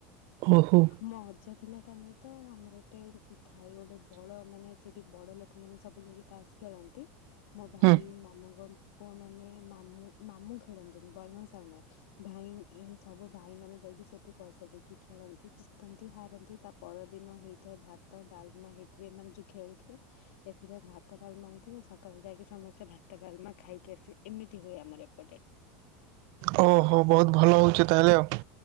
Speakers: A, on the right; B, on the left.
A: ଓହୋ
B: ମଜା ଥିଲା। ତାନି ତ ଆମର ଗୋଟେ ଥାଇ ଗୋଟେ ବଡ ମାନେ ସେଠି ବଡ ଲୋକମାନେ ସବୁ ଯାଇକି ତାସ ଖେଳନ୍ତି। ନ୍ତି ମୋ ଭାଇ
A: ହୁଁ
B: ମାମୁ ଘରୁ ପୁଅମାନେ ମାମୁଁ ମାମୁଁ ଖେଳନ୍ତିନି ବଡ଼ ମାଇଁ ସାନ ମାଇଁ। ଭାଇ ଏଁ ସବୁ ଭାଇମାନେ ଯାଇକି ସେଠି ପଇସା ଦେଇକି ଖେଳନ୍ତି ଜିତନ୍ତି ହାରନ୍ତି ତା ପରଦିନ ହେଇଥାଏ ଭା ଭାତ ଡାଲମା ହେଇଥିବେ ଏମାନେ ଯୋଉ ଖେଳିଥିବେ ଏଥିରେ ଭାତ ଡାଲମା ହେଇଥବେ ସକାଳୁ ଯାଇକି ସମସ୍ତେ ଭା ଭତ ଡାଲମା ଖାଇକି ଆସି ଏମିତି ହୁଏ ଆମର ଏପଟେ।
A: ଓହୋ ବହୁତ ଭଲ ହଉଛି ତାହେଲେ ଆଉ।